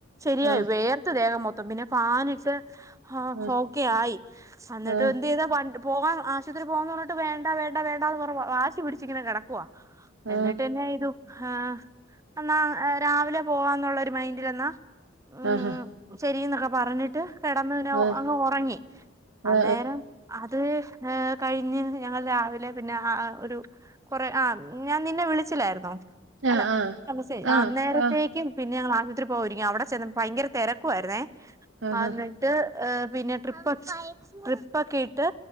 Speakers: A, on the right; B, on the right.
A: ശരിയായി
B: ആ
A: വേയർത്തു ദേഹം മൊത്തം അപ്പൊ പിന്നെ ഫാൻ ഇട്ട്
B: ആ
A: ഓക്കെ ആയി സന്നിട്ട്
B: ആ
A: എന്ത് ചെയ്താ വ പോവാൻ ആശുപത്രി പോകാന്ന് പറഞ്ഞിട്ട് വേണ്ട വേണ്ട വേണ്ടാന്ന് കുറെ വാശി പിടിച്ചിങ്ങനെ കിടക്കുവാ
B: ആ
A: എന്നിട്ടെന്ന ചെയ്തു ആ എന്നാ രാവിലെ പോവാന്നുള്ള ഒരു മൈൻഡിലെന്നാ ഉം
B: ആഹാ
A: ശരീന്നാ വറന്നിട്ട്. കിടന്നുനോ.
B: ആ
A: അങ്ങ് ഉറങ്ങി അന്നേരം
B: ആ
A: അ അത് കഴിഞ്ഞ് ഞങ്ങൾ രാവിലെ പിന്നെ അ ആ ഒരു കുറെ ആ ഞാൻ നിന്നെ വിളിച്ചില്ലായിരുന്നോ
B: ആ
A: അല്ല <unintelligible>
B: ആ ആ ആ
A: അന്നേരത്തേക്കുപിന്നെ
B: ആ
A: ഞങ്ങ പത്രി പൊവാ ഒരുങ്ങി അവിടെ ചെന്ന ഭയങ്കര തെരക്കുവായിരുന്നേ
B: ആഹാ
A: അ എന്നിട്ട് പിന്നെ ട്രിപ്പ്‌ ട്രിപ്പൊക്കെയിട്ട്